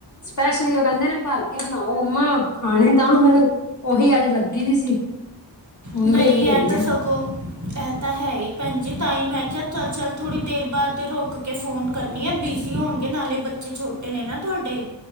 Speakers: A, on the left; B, on the right.
A: ਸਪੈਸ਼ਲੀ ਓ ਕੈਂਦੇ ਨੇ ਭਰ ਕੇ ਬਨਾਓ ਮੰਮਾ ਖਾਨੇ ਤਾਂ ਮੈਂ ਓਹੀ ਅੱਜ ਲੱਗੀ ਦੀ ਸੀ। ਹੁਣ
B: ਨਈਂ
A: ਵਿਹਲੀ
B: ਐ
A: ਹੋਈ
B: ਤਾਂ
A: ਆ
B: ਸਬ ਕੋ ਐ ਤਾਂ ਹੈ ਈ ਭੈਨ ਜੀ ਤਾਂਈ ਮੈਂ ਕਿਆ ਚੱਲ ਚੱਲ ਥੋੜੀ ਦੇਰ ਬਾਦ ਤੇ ਰੁਕ ਕੇ ਫੋਨ ਕਰਨੀ ਆ ਬਿਜ਼ੀ ਹੋਨਗੇ ਨਾਲੇ ਬੱਚੇ ਛੋਟੇ ਨੇ ਨਾ ਤੁਆਡੇ।